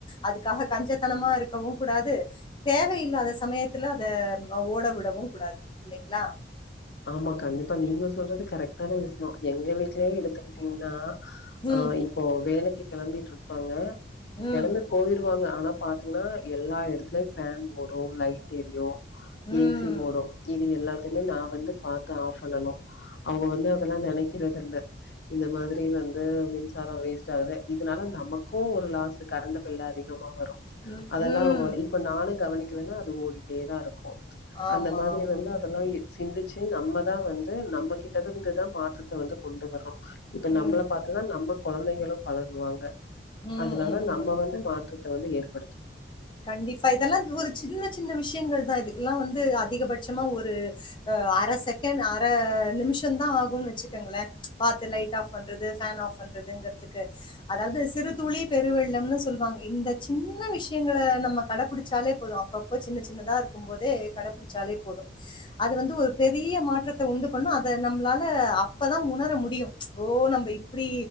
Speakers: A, on the left (about 25°); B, on the left (about 65°).
A: அதுக்காக கஞ்சத்தனமா இருக்கவு குடாது தேவையில்லாத சமயத்துல அத ஓட விடவு கூடாது இல்லைங்ளா
B: ஆமா கண்டிப்பா நீங்க சொல்றது கரெக்ட்டான விசய எங்க வீட்லயே எடுத்துகிட்டீங்னா
A: ம்.
B: அ இப்போ வேலைக்கு கெளம்பிட் இருப்பாங்க
A: ம்.
B: கெளம்பி போயிருவாங்க ஆனா பாத்தீங்னா எல்லா எடத்துலயு ஃபேன் ஓடு லைட் எரியு
A: ம்.
B: ஏ சி ஓடு இது எல்லாத்தையுமே நா வந்து பாத்து ஆஃப் பண்ணனு அவங்க வந்து அதெல்லா நெனைக்கிறதுல்ல இந்த மாதிரி வந்து மின்சார வேஸ்ட் ஆகுது இதனால நமக்கு ஒரு லாஸ்சு கரண்ட் பில் அதி கமா வரு
A: ம்.
B: அதெல்லா
A: ம்.
B: இப்ப நானு கவனிக்கலனா அது ஓடிட்டேதா இருக்கு
A: ஆமா,
B: அந்த மாதிரி
A: ஆமா.
B: வந்து அதெல்லா சிந்திச்சு நம்மதா வந்து நம்ம கிட்ட இருந்துதா மாற்றத்த வந்து கொண்டு வர்றோ இப்ப
A: ம்.
B: நம்மள பாத்துதா நம்ம கொழந்தைகளு பழகுவாங்க
A: ம்.
B: அதனால
A: ம்.
B: நம்ம
A: ம்
B: வந்து மாற்ற த்த வந்து ஏற்படுத்து
A: கண்டிப்பா இதெல்லா ஒரு சின்ன சின்ன விஷயங்கள் தா இதுக்கெல்லா வந்து அதிகபட்சமா ஒரு அர செகண்ட் அர நிமிஷதா ஆகுன் வச்சுக்கங்களே பாத்து லைட் ஆஃப் பண்ண றது ஃபேன் ஆஃப் பண்றதுங்கிறதுக்கு அதாவது சிறுதுளி பெருவெள்ளம்ன்னு சொல்வாங்க இந்த சின்ன விஷ் எங்கள நம்ம கடபிடிச்சாலே போது அப்பப்போ சின்ன சின்னதா இருக்கு போதே கடபிடிச்சாலே போது அது வந்து ஒரு பெரிய மாற்றத்த உண்டு பண்ணு அத நம்மளால அப்பதா உணர முடியு ஓ நம்ம இப் ப்படி